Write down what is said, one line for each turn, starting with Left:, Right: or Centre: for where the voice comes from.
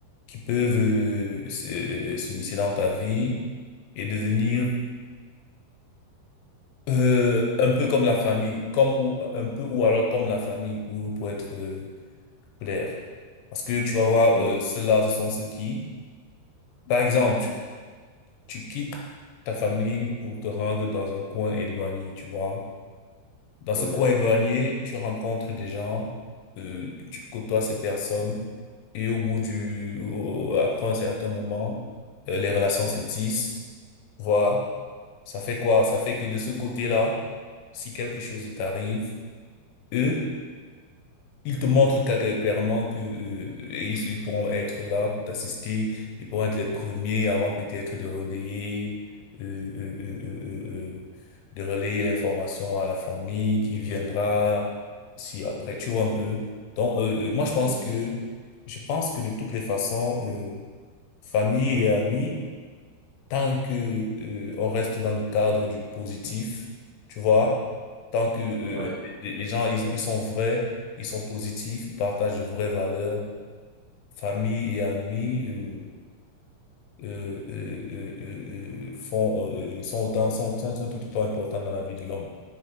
Left: qui peuvent euh, se- euh, s'immiscer dans ta vie et devenir euh, un peu comme la famille, comme ou un peu ou alors comme la famille pour, pour être euh, clair. Parce que tu vas voir,
Right: oui,
Left: euh, ceux-là, ce sont ceux qui, par exemple, tu quittes ta famille pour te rendre dans un coin éloigné, tu vois. Dans
Right: oui.
Left: ce coin éloigné, tu rencontres des gens, euh, tu côtoies ces personnes, et au bout du, au- au- après un certain moment, euh, les relations se tissent, tu vois. Ça fait quoi? Ça fait que de ce côté-là, si quelque chose t'arrive, eux, Ils te montrent ca- euh, clairement que euh, ils, ils pourront être là pour t'assister, ils pourront être les premiers avant peut-être de relayer euh, euh, euh, euh, euh, euh, de relayer l'information à la famille qui viendra si après tu vois un peu. Donc euh, euh, moi je pense
Right: Bien
Left: que
Right: sûr.
Left: je pense que de toutes les façons euh, famille et amis tant que euh, on reste dans le cadre du positif, tu vois, tant que euh,
Right: Ouais.
Left: euh, les les gens ils ont, ils sont vrais, ils sont positifs, ils partagent de vraies valeurs, famille et amis euh, euh, euh, euh, euh, euh, font euh, sont autant sont, sont, sont tout autant importants dans la vie de l'homme.